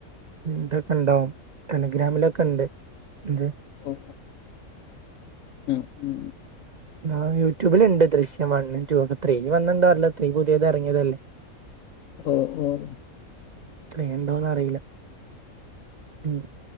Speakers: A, on the right; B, on the left.
A: ഇതൊക്കെ ഉണ്ടാവും ടെലിഗ്രാമിലൊക്കെ ഉണ്ട് എന്ത്
B: ഓ ഉം ഉം
A: ആഹ് യൂട്യൂബിലുണ്ട് ദൃശ്യം മിണ് ഒക്കെ ത്രീ വന്നിണ്ടാറല്ലോ ത്രീ പുതിയത് ഇറങ്ങിയതല്ലേ
B: ഓഹ് ഓഹ്
A: ത്രീ ണ്ടോന്ന അറിയില്ല ഉം